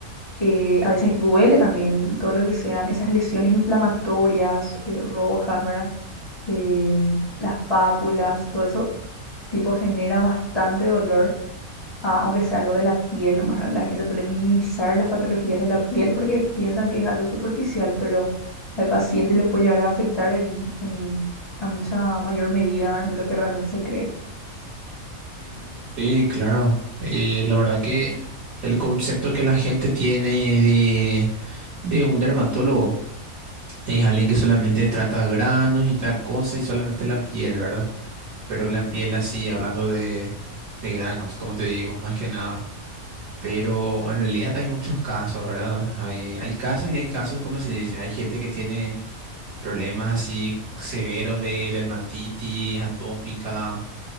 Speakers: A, on the left; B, on the right.
A: Eh, a veces duele también todo lo que sean esas lesiones inflamatorias, eh, rojas, ¿verdad? eh, las pápulas, todo eso, tipo, genera bastante dolor, ah, aunque sea algo de la piel nomás, ¿verdad? La gente suele minimizar las patologías de la piel porque piensan que es algo superficial, pero al paciente le puede llegar a afectar en, en- a mucha mayor medida, ¿verdad? de lo que realmente se cree.
B: Ujú. Sí, claro. Eh, la verdad que el concepto que la gente tiene de, de un dermatólogo es alguien que solamente trata granos y tal cosa y solamente la piel, ¿verdad? Pero la piel así, hablando de, de granos, como te digo, más que nada. Pero en realidad hay muchos casos, ¿verdad? Hay, hay casos y hay casos, ¿cómo se dice? Hay gente que tiene problemas así severos de dermatitis atópica